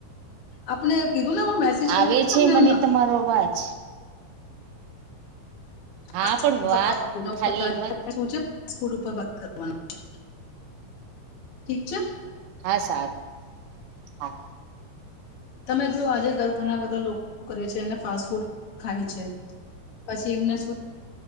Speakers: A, on the left; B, on the right.
A: આપણે કીધું ને હું મેસેજ કરી
B: આવે છે
A: તમને
B: મને
A: એમના
B: તમારો અવાજ
A: <unintelligible>
B: હા પણ વાત ખાલી એમ જ
A: ફૂડ ઉપર કરવાનું છે ઠીક છે
B: હા સારું. હા
A: તમે જો આજે ઘર ઘણા બધા લોકો કરે છે અને ફાસ્ટ ફૂડ ખાય છે. પછી એમને શું